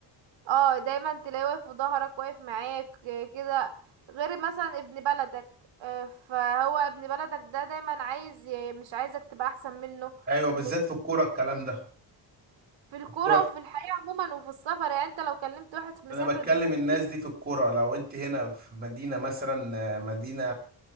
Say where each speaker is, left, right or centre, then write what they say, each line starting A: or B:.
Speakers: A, on the right; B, on the right.
A: اه دايما تلاقيه واقف في ظهرك واقف معاك آه، كده غير مثلا ابن بلدك آه، فهو ابن بلدك ده دايما عايز ي- مش عايزك تبقى احسن منه
B: ايوه بالذات
A: مش
B: في الكوره الكلام ده
A: في الكورة
B: الكوره
A: وفي الحياة عموما وفي السفر يعني انت لو كلمت واحد مسافر
B: انا بتكلم
A: دلوقتي
B: الناس دي في الكرة لو انت هنا في مدينة مثلا آه، مدينة